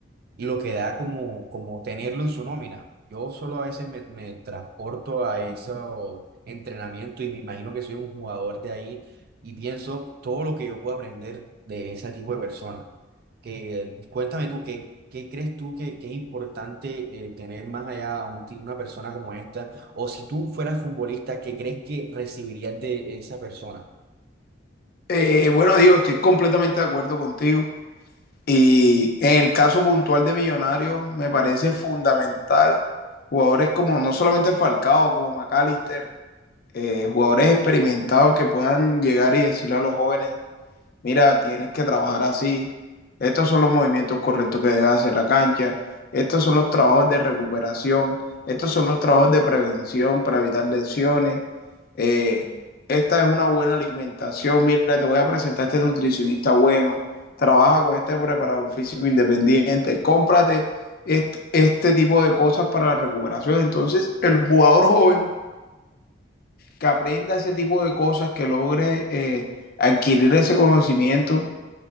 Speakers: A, on the right; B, on the left.
A: lo que da como, como tenerlo en su nómina. Yo solo a veces me, me transporto a ese entrenamiento y me imagino que soy un jugador de ahí y pienso todo lo que yo puedo aprender de ese tipo de personas. Que, cuéntame tú, ¿qué, qué crees tú que, que es importante eh, tener más allá a un ti- una persona como esta? O si tú fueras futbolista, ¿qué crees que recibirías de esa persona?
B: Eh, bueno, Diego, estoy completamente de acuerdo contigo. Y en el caso puntual de Millonarios, me parece fundamental jugadores como no solamente Falcao, como McAllister, eh, jugadores experimentados que puedan llegar y decirle a los jóvenes mira, tienes que trabajar así, estos son los movimientos correctos que debe hacer la cancha, estos son los trabajos de recuperación, estos son los trabajos de prevención para evitar lesiones, eh, esta es una buena alimentación, mira, te voy a presentar a este nutricionista bueno, trabaja con este preparador físico independiente, cómprate este, este tipo de cosas para la recuperación. Entonces, el jugador joven que aprenda ese tipo de cosas, que logre eh, adquirir ese conocimiento,